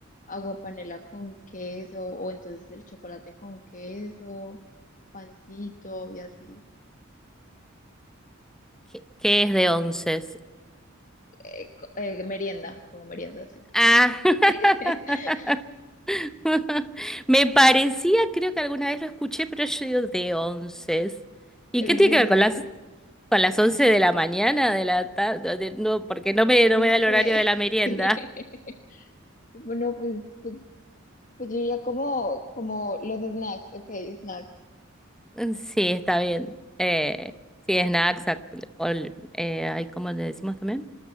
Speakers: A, on the left; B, in the centre.
A: agua panela con queso o entonces el chocolate con queso, pancito y así,
B: que, que es de once.
A: Eh, co- eh, merienda, como merienda, sí.
B: Ah.
A: <laughs>
B: <laughs> <laughs> Me parecía, creo que alguna vez lo escuché, pero yo digo de once. ¿Y
A: Sí,
B: qué
A: sí,
B: tiene que ver con las
A: sí.
B: con las once de la mañana, de la tarde? No, porque no me, no
A: No
B: me
A: sé.
B: da el horario de la merienda.
A: <laughs>
B: <laughs>
A: Bueno, pues, pues, pues yo diría como, como los snacks, ok, snacks.
B: Sí, está bien. Eh, sí, snacks, ac- col- eh, ay, ¿cómo le decimos también?